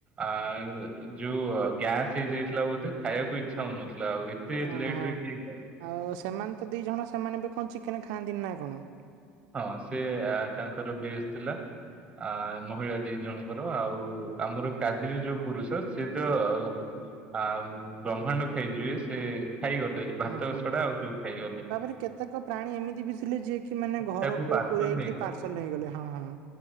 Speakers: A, on the right; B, on the right.
A: ଆର୍ ଯୋଉ ଗ୍ୟାସ୍ ହେଇଯାଇଥିଲା ବୋଧେ ଖାଇବାକୁ ଇଚ୍ଛା ହଉନଥିଲା ଆହୁରି ସେ
B: ଓହୋ।
A: ଲେଟରେ କିଏ ଖାଇ
B: ଆଉ ସେମାନେ ତ ଦି ଜଣ ସେମାନେ ବି କଣ ଚିକେନ ଖାଆନ୍ତିନି ନା କଣ।
A: ହଁ ସେ ତାଙ୍କର ଭେଜ୍ ଥିଲା। ଆ ମହିଳା ଦି ଜଣଙ୍କର ଆଉ ଆମର କାଦିରି ଯୋଉ ପୁରୁଷ ସେ ତ ଅ ଆଉ ବ୍ରହ୍ମାଣ୍ଡ ଖାଇଯିବେ। ସେ ଖାଇଗଲେ ଭାତ
B: ହଁ ହଁ
A: ଛଡା ଆଉ ସବୁ ଖାଇଗଲେ
B: ତାପରେ କେତେକ ପ୍ରାଣୀ ଏମିତି ବି ଥିଲେ ଯିଏ କି ମାନେ ଘରକୁ
A: ତାକୁ ପାର୍ସଲ
B: ପୁରଇକି
A: ନେଇଗଲେ
B: ପାର୍ସଲ ନେଇଗଲେ ହଁ ହଁ